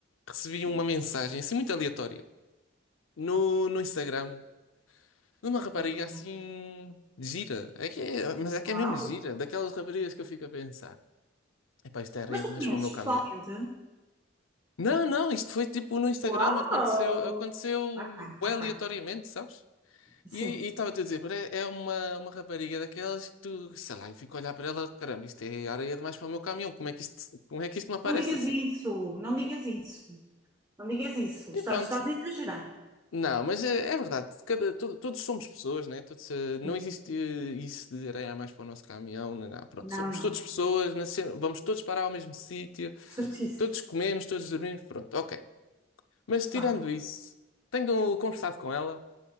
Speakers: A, on the left; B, on the right.
A: recebi
B: Sim.
A: uma mensagem assim muito aleatória no, no Instagram de uma rapariga
B: Ok.
A: assim gira. É que é- mas é que
B: Uau!
A: é mesmo gira, daquelas raparigas que eu fico a pensar. Epá, isto é a rede
B: Mas tu conheces
A: mais para o meu caminhão.
B: pessoalmente?
A: Não, não, isto foi tipo no Instagram,
B: Uau!
A: aconteceu, aconteceu
B: Ok,
A: bué
B: ok.
A: aleatoriamente, sabes?
B: Sim.
A: E e estava-te a dizer, pá, é é uma, uma rapariga daquelas que tu, sei lá, eu fico a olhar para ela, caramba, isto é areia demais para o meu caminhão, como é que isto, como é que isto me aparece
B: Não digas
A: assim?
B: isso, não digas isso, não digas isso.
A: E
B: Estás,
A: pronto.
B: estás a exagerar.
A: Não, mas eh, é, verdade, cada, todo- todos somos pessoas, né? Todos, eh, não
B: Hum,
A: existe eh, isso de areia a mais para o nosso caminhão, não, não. Pronto,
B: Não,
A: somos
B: não,
A: todos
B: não.
A: pessoas, nascemos- vamos todos parar ao mesmo sítio,
B: Certíssimo.
A: todos comemos, todos dormimos, pronto, ok. Mas tirando
B: Vá.
A: isso, tenho conversado com ela.